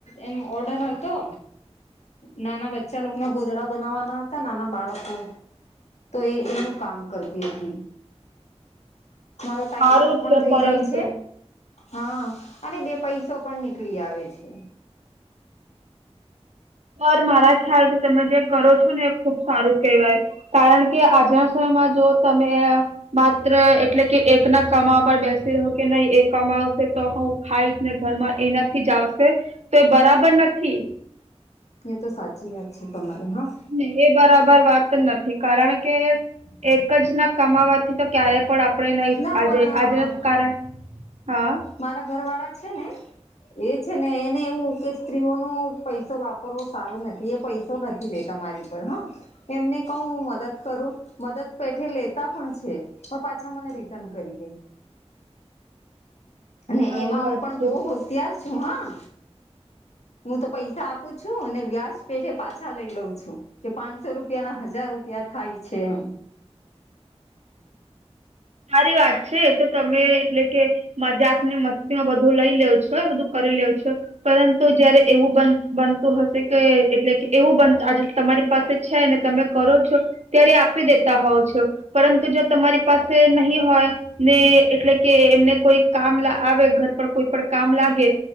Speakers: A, on the left; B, on the right.
A: એમ ઓર્ડર હતો. નાના બચ્ચા લોકો ના ગોદડા બનાવવાના નાના બાળકો તો એ એનું કામ કરતી હતી. મારો ટાઈમ
B: સારું
A: પાાસ પણ
B: છે
A: થઈ
B: પરંતુ
A: જાય છે હા અને બે પૈસો પણ નીકળી આવે છે.
B: યાર મારા ખ્યાલથી તમે જે કરો છો ને એ ખૂબ સારું કેવાય કારણકે <unintelligible> સ મજો તમે માત્ર એટલે કે એકના કમાવા પર બેસી રહો કે નઈ એ કમાવશે તો હું ખાઈશ ને ઘરમાં એનાથી જ આવશે તો એ બરાબર નથી.
A: એ તો સાચી વાત છે તમારે હા
B: ને એ બરાબર વાત નથી કારણકે એક જ ના કમાવાથી તો ક્યારે પણ આપ <unintelligible> નઈસ
A: ના
B: આજે
A: પણ
B: આજનો કારણ હા
A: મારા ઘરવાળા છે ને એ છે ને એને એવું કે સ્ત્રીઓનો પૈસો વાપરવો સારું નથી એ પૈસો નથી લેતા મારી તનો એમને કવ હું મદદ કરું મદદ પેઠે લેતા પણ છે પ પાછા મને રી તન કરી જય અને
B: સારી
A: એમાં
B: વાત
A: હું પણ
B: છે
A: બોવ હોશિયાર છું હા હું તો પૈસા આપું છું અને વ્યાસ પેઠે પાછા લઈ લવ છું કે પાનસો રૂપિયાના હજાર રૂપિયા થાય છે એમ
B: સારી વાત છે એ તો તમે એટલે કે મજાક ને મસ્તીમાં બધું લઈ લેવ છો બધું કરી લેવ છો પરંતુ જયારે એવું બન બનતું હશે કે એટલે કે એવું બન્ત આજે તમારી પાસે છે ને તમે કરો છો ત્યારે આપી દેતા હોવ છો પરંતુ જો તમારી પાસ તે નહીં હોય ને એટલે કે એમને કોઈ કામ લા આવે ઘર પર કોઈ પણ કામ લાગે